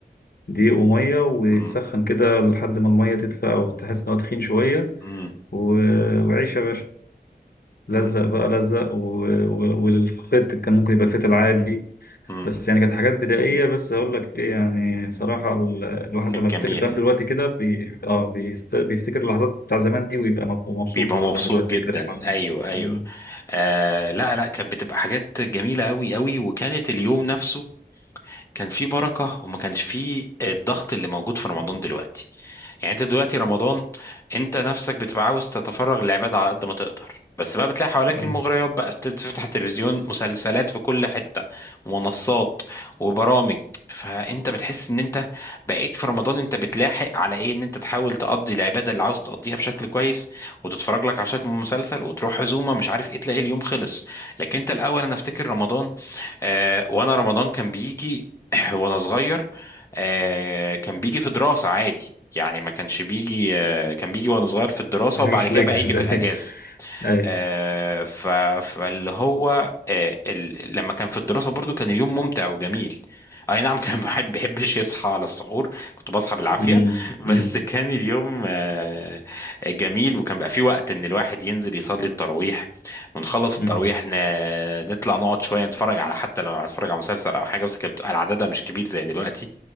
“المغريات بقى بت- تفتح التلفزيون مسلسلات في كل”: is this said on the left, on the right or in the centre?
Left